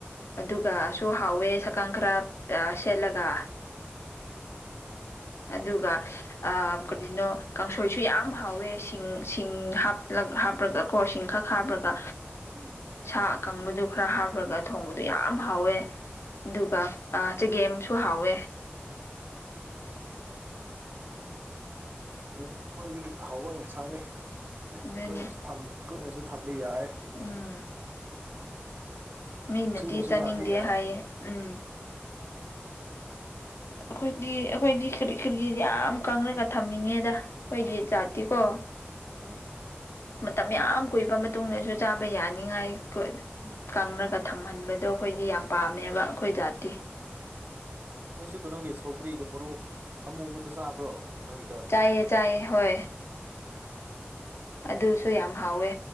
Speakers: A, on the left; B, on the right.
A: ꯑꯗꯨꯒꯁꯨ ꯍꯥꯎꯋꯦ ꯁꯥꯀꯪ ꯈꯔ ꯁꯦꯠꯂꯒ ꯑꯗꯨꯒ ꯀꯔꯤꯅꯣ ꯀꯥꯡꯁꯣꯏꯁꯨ ꯌꯥꯝ ꯍꯥꯎꯋꯦ ꯁꯤꯡ ꯁꯤꯡ ꯍꯥꯞꯂ ꯈꯛ ꯍꯥꯞꯄ꯭ꯔꯒ ꯁꯤꯡ ꯈꯛ ꯍꯥꯞꯄꯒ
B: ꯎꯝ
A: ꯁꯥ ꯑꯀꯪꯕꯗꯨ ꯈꯔ ꯍꯥꯞꯄ꯭ꯔꯒ ꯊꯣꯡꯕꯗꯣ ꯌꯥꯝ
B: ꯎꯝ
A: ꯍꯥꯎꯋꯦ ꯑꯗꯨꯒ
B: ꯎꯝ
A: ꯆꯒꯦꯝꯁꯨ ꯍꯥꯎꯋꯦ
B: ꯁꯨꯒꯔ꯭ꯤꯗꯤ ꯈ꯭ꯋꯥꯏꯗꯒꯤ ꯍꯥꯎꯕ ꯏꯟꯁꯥꯡꯅꯤ
A: ꯑꯗꯨꯅꯤ
B: ꯀꯨꯏꯅꯁꯨ ꯊꯝ ꯀꯨꯏꯅꯁꯨ ꯊꯝ ꯕꯤ ꯌꯥꯏ
A: ꯎꯝ ꯃꯤꯅꯗꯤ
B: ꯊꯨꯅꯁꯨ
A: ꯆꯥꯅꯤꯡꯗꯦ
B: ꯆꯥꯕ ꯌꯥꯏ
A: ꯍꯥꯏꯌꯦ ꯎꯝ ꯑꯩꯈꯣꯏꯗꯤ ꯑꯩꯈꯣꯏꯗꯤ ꯀꯔꯤ ꯀꯔꯤ ꯌꯥꯝ ꯀꯥꯡꯉꯒ ꯊꯝꯅꯤꯡꯉꯦꯗ ꯑꯩꯈꯣꯏꯒꯤ ꯖꯥꯇꯤꯀꯣ
B: ꯑ
A: ꯃꯇꯝ ꯌꯥꯝ ꯀꯨꯏꯕ ꯃꯇꯨꯡꯗꯁꯨ ꯆꯥꯕ ꯌꯥꯅꯤꯉꯥꯏ
B: ꯎꯝ
A: ꯀꯪꯔꯒ ꯊꯝꯍꯟꯕꯗꯣ ꯑꯩꯈꯣꯏꯗꯤ ꯌꯥꯝ ꯄꯥꯝꯃꯦꯕ
B: ꯑꯥ
A: ꯑꯩꯈꯣꯏ ꯖꯥꯠꯇꯤ
B: ꯎꯝ ꯅꯪꯁꯨ ꯀꯩꯅꯣꯒꯤ ꯁꯧꯒ꯭ꯔꯤꯒ ꯃꯔꯨ ꯑꯃꯨꯕꯗꯨ ꯆꯥꯕ꯭ꯔꯣ ꯀꯩꯅꯣꯒꯤꯗꯣ
A: ꯆꯥꯏꯌꯦ ꯆꯥꯏꯌꯦ ꯍꯣꯏ
B: ꯎꯝ
A: ꯑꯗꯨꯁꯨ ꯌꯥꯝ ꯍꯥꯎꯋꯦ